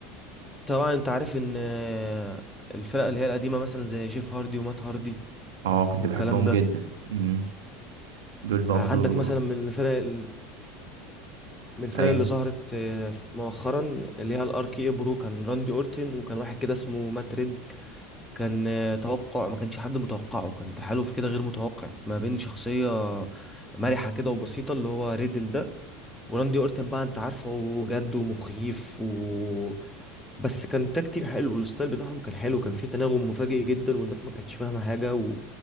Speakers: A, in the centre; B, on the right.
A: طبعا انت عارف ان آه، الفرق اللي هي القديمة مثلا زي جيف هاردي ومات هاردي
B: اه كنت
A: والكلام
B: بحبهم
A: ده
B: جدا امم دول برضو
A: عندك مثلا من الفرق ال- من الفرق
B: ايوه
A: اللي ظهرت آه، مؤخرا اللي هي الار كي إيه برو كان راندي اورتن وكان واحد كده اسمه مات ريد كان آه، توقع ما كانش حد متوقعه كان تحالف كده غير متوقع ما بين شخصية مرحة كده وبسيطة اللي هو ريدل ده وراندي اورتن بقى انت عارفه هو جد ومخيف و بس كان تاك تيم حلو الستايل بتاعهم كان حلو كان في تناغم مفاجئ جدا والناس ما كانتش فاهمه حاجه و...